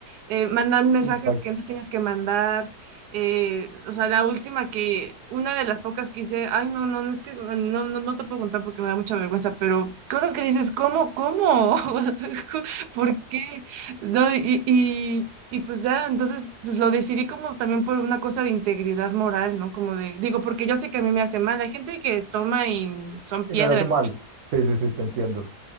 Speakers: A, on the right (about 80°); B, on the right (about 60°).
A: eh, mandan mensajes
B: Exacto.
A: que no tienes que mandar eh, o sea, la última que, una de las pocas que hice, ay, no, no, no es que, no, no, no te puedo contar porque me da mucha vergüenza, pero cosas que dices, ¿cómo, cómo? <laughs> O sea, ¿Por qué? No, y, y, y pues ya, entonces, pues lo decidí como también por una cosa de integridad moral, ¿no? Como de, digo, porque yo sé que a mí me hace mal, hay gente que toma y son
B: Y
A: piedras
B: no le hace No. mal. Sí, sí, sí, te entiendo.